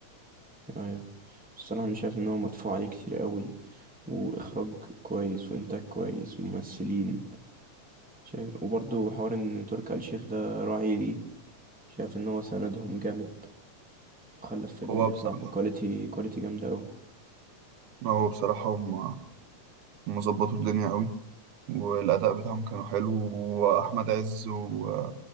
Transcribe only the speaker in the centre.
ايوه الصراحة انا شايف ان هو مدفوع عليه كتير قوي واخراج كويس وانتاج كويس ممثلين شايف وبرضه حوار ان تركي آل الشيخ ده راعي ليه شايف ان هو سندهم جامد وخلى الفيلم
يطلع
بكواليتي كواليتي جامدة أوي